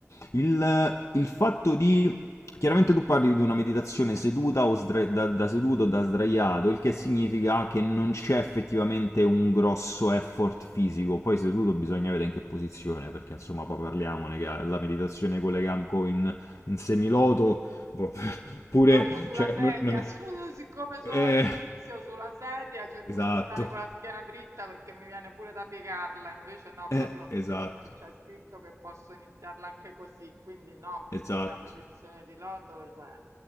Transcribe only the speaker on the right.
No, io sulla
sedia,
<laughs> sono- siccome
sono all'inizio sulla sedia, cerco
di stare con la schiena dritta perché mi viene pure da piegarla, invece no,
proprio
eh, me- c'è scritto che posso iniziarla anche così, quindi no, perché
la posizione di loto, cioè,